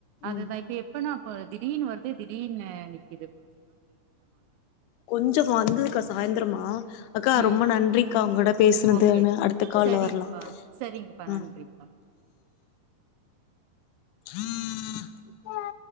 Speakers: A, on the right; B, on the left.
A: அதுதான்
B: ம்
A: இப்ப எப்பனா இப்ப திடீனு வருது திடீனு நிக்
B: கொஞ்சம் வந்ததுக்கா சாய்ந்தரமா அக்கா
A: ம்
B: ரொம்ப நன்றிக்கா உங்களோட பேசுனதுன்னு
A: ஓகே
B: அடுத்த கால்ல
A: சரிப்பா
B: வரலாம்
A: சரிங்கப்பா
B: ஆ
A: நன்றிப்பா
B: உம்ம